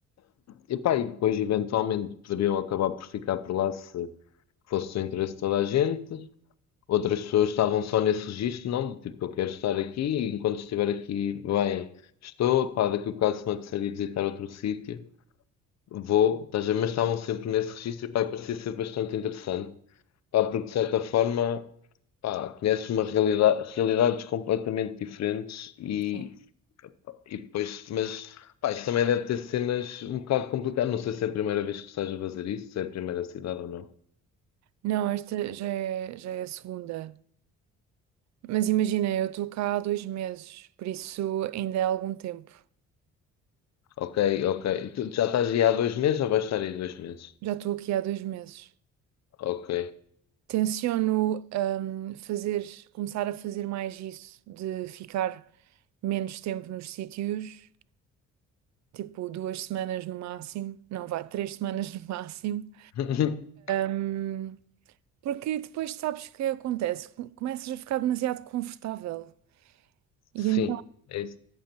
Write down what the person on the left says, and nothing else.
Epá, e depois eventualmente poderiam acabar por ficar por lá se fosse do interesse de toda a gente. Outras pessoas estavam só nesse registro, não? do Tipo, eu quero estar aqui e enquanto estiver aqui, bem, estou. Pá, daqui a um bocado se me apetecer ir visitar outro sítio, vou. Estás a ver? Mas estavam sempre nesse registro e pá, e parecia ser bastante interessante. Pá, porque de certa forma, pá, conheces uma realidade, realidades completamente diferentes e
e depois, mas pá, isto também deve ter cenas um bocado complicadas. Não sei se é a primeira vez que estás a fazer isso, se é a primeira cidade ou não.
Ok, ok. Tu já estás aí há dois meses ou vais estar aí dois meses?
Ok.
<laughs>
Sim,
é isso.